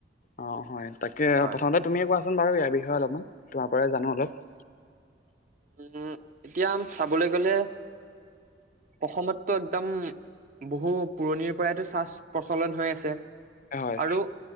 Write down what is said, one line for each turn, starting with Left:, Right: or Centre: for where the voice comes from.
Left: অ হয় তাকে
Right: হয়
Left: প্ৰথমতে তুমিয়ে কোৱাচোন বাৰু ইয়াৰ বিষয়ে অলপমান তোমাৰ পৰাই জানো অলপ।
Right: উম এতিয়া চাবলৈ গলে অসমতটো একদম। বহু পুৰণিৰ পৰাইতো চাহ প্ৰচলন হৈ আছে
Left: হয়
Right: আৰু।